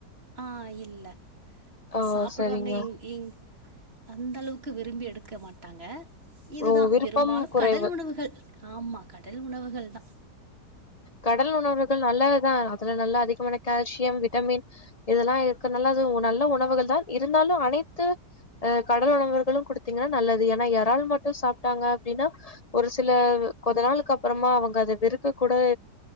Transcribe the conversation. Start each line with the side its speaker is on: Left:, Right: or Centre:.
Right: ஆ இல்ல
Left: ஓ
Right: சாப்புடுவாங்க
Left: சரிங்க
Right: இங்கி இங் அந்த அளவுக்கு விரும்பி எடுக்க மாட்டாங்க இதுதா
Left: ஓ விருப்பம்
Right: பெரும்பாலு
Left: குறைவு
Right: கடல் உணவுகள் ஆமா கடல் உணவுகள் தா
Left: கடல் உணர்வுகள் நல்லதுதா அதுல நல்லா அதிகமான கால்சியம் விட்டமின் இதெல்லா இருக்கனால அது நல்ல உணவுகள் தா இருந்தாலும் அனைத்து அ கடல் உணவுர்களும் குடுத்தீங்கன்னா நல்லது ஏன்னா எறால் மட்டு சாப்ட்டாங்க அப்டின்னா ஒரு சில கொஞ்ச நாளுக்கு அப்பறமா அவங்க அதை வெரு இக்க கூட